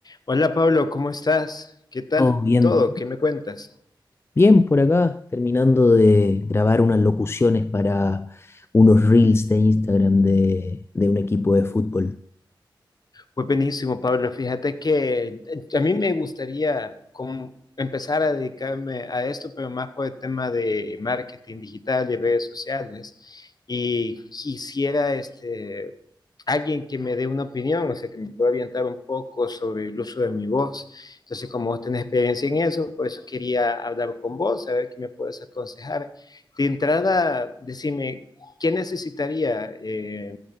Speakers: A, on the left (about 50°); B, on the left (about 30°).
A: Hola Pablo, ¿cómo estás? ¿Qué tal
B: Todo bien,
A: todo? ¿Qué me cuentas?
B: bien por acá, terminando de grabar unas locuciones para unos reels de Instagram de, de un equipo de fútbol.
A: Pues buenísimo, Pablo. Fíjate que eh, a mí me gustaría como empezar a dedicarme a esto, pero más por el tema de marketing digital y redes sociales. Y quisiera este, alguien que me dé una opinión, o sea, que me pueda orientar un poco sobre el uso de mi voz. Entonces, como vos tenés experiencia en eso, por eso quería hablar con vos, a ver qué me puedes aconsejar. De entrada, decime, ¿qué necesitaría eh,